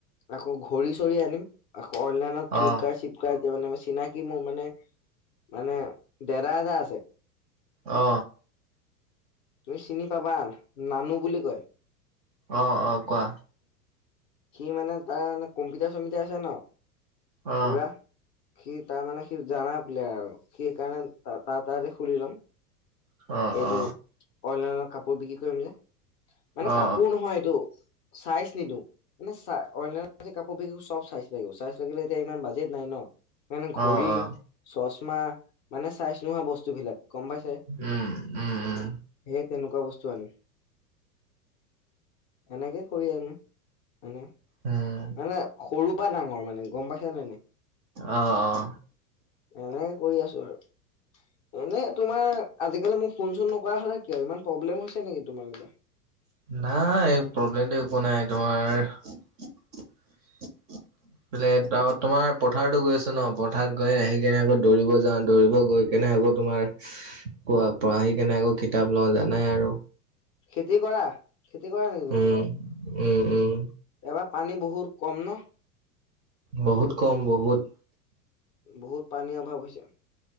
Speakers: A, on the left; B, on the right.
A: আকৌ ঘড়ী চৰি আনিম আকৌ অনলাইনত ফ্লিপকাৰ্ট
B: অ অ
A: হিপ <unintelligible> মানে চিনাকি মোৰ মানে মানে দেদা এদা আছে।
B: অ।
A: তুমি চিনি পাবা নানু বুলি কয়
B: অ অ কোৱা
A: সি মানে তাৰ কম্পিটাৰ চম্পিটাৰ আছে ন
B: অ
A: উৰা সি তাৰমানানে সি জা প্লে আৰু সি কাৰণে তাৰ তাৰে খুলি লম
B: অ
A: এইটো
B: অ
A: অনলাইনত কাপোৰ বিক্ৰী কৰিম যে মানে
B: অ অ
A: কাপোৰ নহয় এইটো চাইজ নিদিওঁ। মানে চা অনলাইন কাপোৰ যিবোৰ চব চাইজ লাগিব চাই লাগিলে এতিয়া ইমান বাজেট নাই ন। মানে ঘড়ী
B: অ অ
A: চচমা মানে চাইজ নোহোৱা বস্তুবিলাক গম পাইছে
B: উম উম উম
A: সেই তেনেকুৱা বস্তু আনিম। এনেকে কৰি আহিম। মানে
B: উম
A: মানে সৰু পৰা ডাঙৰ মানে গম পাইছে নে নাই?
B: অ অ
A: এনেই কৰি আছো আৰু এনে তোমাৰ আজিকালি মোক ফোন চোন নকৰা হলা কিয় ইমান প্ৰব্লেম হৈছে নেকি তোমাৰ বিলা
B: নাই প্ৰব্লেমটো একো নাই তোমাৰ এফালে তোমাৰ পথাৰতো গৈ আছো ন পথাৰত গৈ আহিকিনে আকৌ দৌৰিব যাওঁ, দৌৰিব গৈ কেনে আকৌ তোমাৰ প পঢ়া আহি কেনে আকৌ কিতাপ লওঁ জানাই আৰু
A: খেতি কৰা? খেতি কৰা নেকি? তুমি
B: উম উম উম।
A: এবাৰ পানী বহুত কম ন?
B: বহুত কম বহুত।
A: বহুত পানী অভাৱ হৈছে।